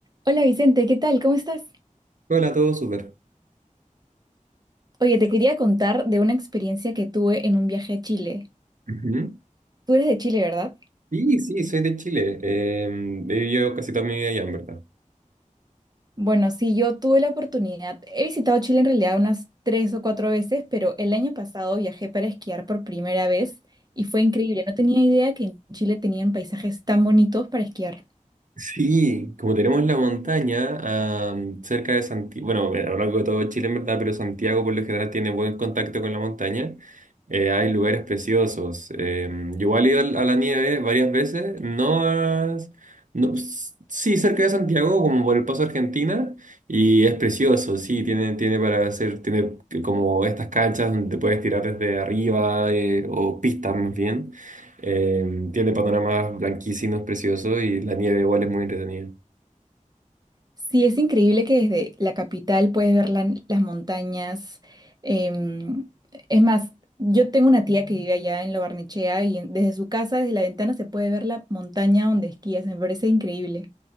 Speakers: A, on the right; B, on the right.
A: Hola Vicente, ¿qué tal? ¿Cómo estás?
B: Hola, todo súper.
A: Oye, te quería contar de una experiencia que tuve en un viaje a Chile.
B: Ujú.
A: Tú eres de Chile, ¿verdad?
B: Sí, sí, soy de Chile. Eh, he vivido casi toda mi vida allá, en verdad.
A: Bueno, sí, yo tuve la oportunidad. He visitado Chile en realidad unas tres o cuatro veces, pero el año pasado viajé para esquiar por primera vez y fue increíble. No tenía idea que en Chile tenían paisajes tan bonitos para esquiar.
B: Sí, como tenemos la montaña am, cerca de Santiago, bueno, a lo largo de todo Chile en verdad, pero Santiago por lo general tiene buen contacto con la montaña, eh, hay lugares preciosos. Em, yo igual he ido al- a la nieve varias veces, no, a- no- s- sí, cerca de Santiago, como por el Paso Argentina, y es precioso, sí, tiene, tiene para hacer, tiene que- como estas canchas donde te puedes tirar desde arriba, eh, o pistas más bien. Eh, tiene panoramas blanquísinos, preciosos y la nieve igual es muy entretenida.
A: Sí, es increíble que desde la capital puedes ver la- las montañas. em, es más, yo tengo una tía que vive allá en La Barnechea y en- desde su casa, desde la ventana, se puede ver la montaña donde esquías. Me parece increíble.